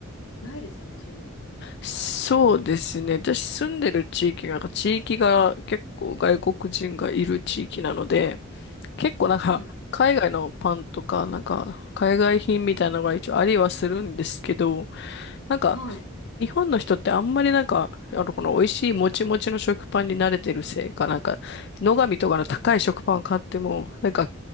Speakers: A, on the left (about 80°); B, on the left (about 50°).
A: ないですよね、種類。
B: そうですね。私住んでる地域が、地域が結構外国人がいる地域なので、結構なんか、
A: はい。
B: 海外のパンとか、なんか、海外品みたいなのが一応ありはするんですけど、なんか、
A: はい。
B: 日本の人ってあんまりなんか、あの、この美味しいもちもちの食パンに慣れてるせいか、なんか、野上とかの高い食パン買っても、なんか、